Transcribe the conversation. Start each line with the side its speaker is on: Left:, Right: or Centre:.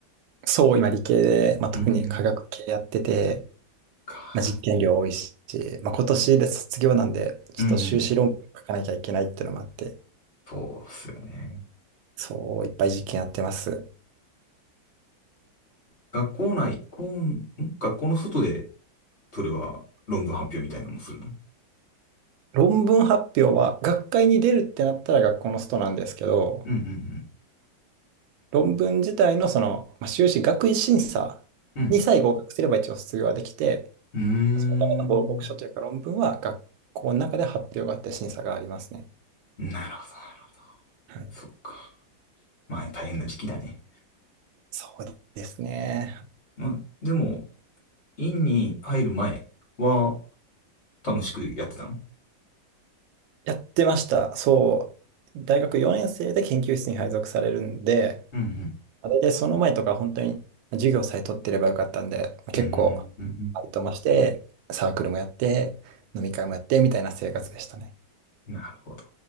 Right: そう、今、理系で、まあ、
Left: うん。
Right: 特に科学系やってて、
Left: か。
Right: まあ、実験量多いし、まあ、今年で卒業なんで、ちょっと修士論文書かなきゃいけないっていうのもあって、
Left: うんうんそうっすよね。
Right: そう、いっぱい実験やってます。
Left: 学校内、こうん学校の外で、それは論文発表みたいなのもするの
Right: 論文発表は、学会に出るってなったら学校のストなんですけど、
Left: うんうん
Right: 論文自体のその、まあ、修士学位審査にさえ合格すれば一応卒業はできて、
Left: うん。うん。
Right: そのための報告書というか論文は学校の中で発表があって審査がありますね。
Left: うーんなるほど、なるほど。
Right: はい。
Left: そっか。まあ、大変な時期だね。
Right: そうですね。
Left: まあ、でも、院に入る前は楽しくやってたのう
Right: やってました。そう。大学4年生で研究室に配属されるんで、
Left: うん
Right: まあ大体その前とか本当に授業さえ取ってればよかったんで、まあ結構、
Left: うんうんうん。うん。
Right: バイトもして、サークルもやって、飲み会もやってみたいな生活でしたね。
Left: なるほど。